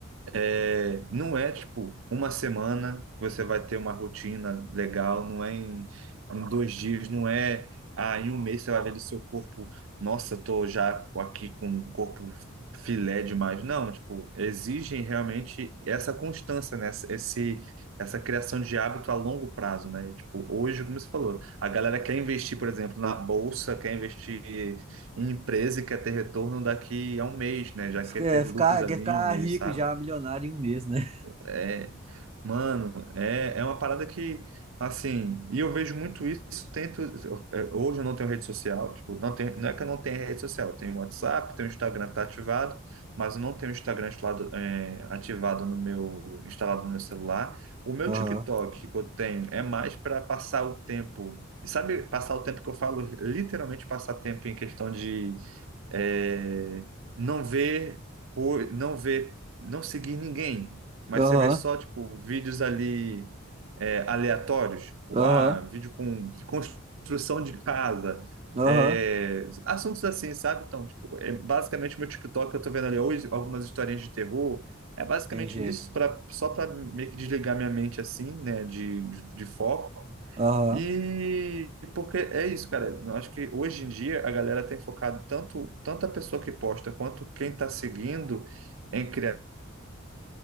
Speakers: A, on the right; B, on the right.
A: é, não é tipo uma semana que você vai ter uma rotina legal, não é em, em dois dias, não é ah, em um mês você vai ver ali seu corpo, nossa, tô já aqui com um corpo filé demais. Não, tipo, exigem realmente essa constância, né? Essa- Esse, essa criação de hábito a longo prazo, né? E, tipo, hoje, como você falou, a galera quer investir, por exemplo, na bolsa, quer investir em empresa e quer ter retorno daqui a um mês, né? Já
B: Fica-
A: quer
B: é,
A: ter
B: ficar,
A: lucros ali
B: quer ficar
A: em um mês,
B: rico
A: sabe?
B: já, milionário em um mês, né?
A: É, mano, é, é uma parada que, assim, e eu vejo muito isso, tento, eu- hoje eu não tenho rede social, tipo, não tem, não é que eu não tenha rede social, eu tenho WhatsApp, tenho Instagram tá ativado, mas eu não tenho o Instagram instalado, é, ativado no meu, instalado no meu celular. O meu
B: Aham.
A: TikTok que eu tenho é mais para passar o tempo, e sabe, passar o tempo que eu falo, literalmente passar tempo em questão é, não ver, co- não ver, não seguir ninguém, mas
B: Aham.
A: você vê só tipo vídeos ali é, aleatórios, tipo,
B: Aham.
A: ah, vídeo com construção de casa,
B: Aham.
A: é, assuntos assim, sabe? Então, tipo, é basicamente meu TikTok, eu tô vendo ali hoje algumas historinhas de terror. É basicamente
B: Entendi.
A: nisso, pra, só para meio que desligar minha mente assim, né, de, de, de foco.
B: Aham.
A: E porque é isso, cara. Eu acho que hoje em dia a galera tem focado tanto, tanto a pessoa que posta quanto quem está seguindo em criar.